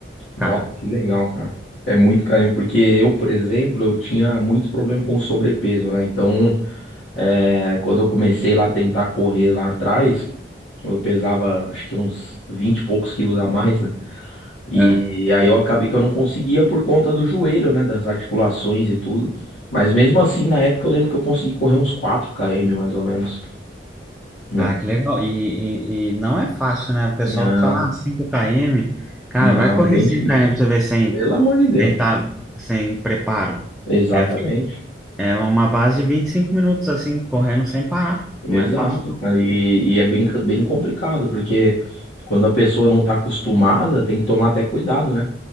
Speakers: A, on the left; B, in the centre.
A: Nossa,
B: Tá.
A: que legal, cara. É muito carinho, porque eu, por exemplo, eu tinha muito problema com sobrepeso, né? Então, é, quando eu comecei lá a tentar correr lá atrás, eu pesava acho que uns 20 e poucos quilos a mais, né? E
B: É.
A: aí eu acabei que eu não conseguia por conta do joelho, né? Das articulações e tudo. Mas mesmo assim, na época eu lembro que eu consegui correr uns quatro km mais ou menos, né?
B: Ah, que legal. E, e, e não é fácil, né? O pessoal
A: Não,
B: que fala, ah, 5 km, cara,
A: não,
B: vai correr
A: é bem
B: 5
A: difícil.
B: km pra você ver sem
A: Pelo amor de Deus.
B: sem, tá, sem preparo.
A: Exatamente.
B: É, é uma base de 25 minutos, assim, correndo sem parar.
A: Exato,
B: Não é fácil, não.
A: cara. E, e é bem, bem complicado, porque quando a pessoa não tá acostumada, tem que tomar até cuidado, né?